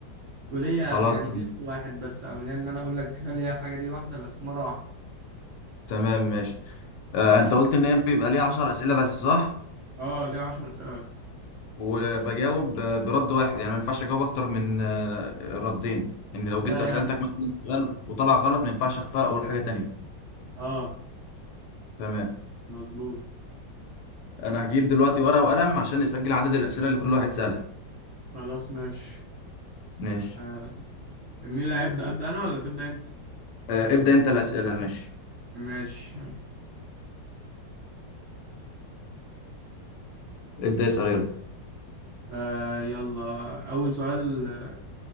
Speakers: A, on the right (about 70°); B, on the left (about 75°).
A: وليا
B: خلاص
A: يعني جس واحد بس او ليا ان انا اقول لك هل هي الحاجه دي واحده بس مره واحده
B: تمام ماشي آه، أنت قلت إن هي بيبقى ليها 10 أسئلة بس صح
A: اه ليا 10 اسئله بس
B: وبجاوب ب- برد واحد يعني ما ينفعش أجاوب أكتر من آه، ردين إن لو
A: لا
B: جيت سألتك
A: يعني
B: مثلا سؤال وطلع غلط ما ينفعش أختار أول حاجة تانية
A: اه
B: تمام
A: مظبوط
B: أنا هجيب دلوقتي ورقة وقلم عشان نسجل عدد الأسئلة اللي كل واحد سألها
A: خلاص ماشي
B: ماشي
A: آه، مين اللي هيبدا ابدا انا ولا تبدا انت
B: آه، ابدأ أنت الأسئلة ماشي
A: ماشي
B: ابدأ اسأل يلا
A: آه يلا أول سؤال آه،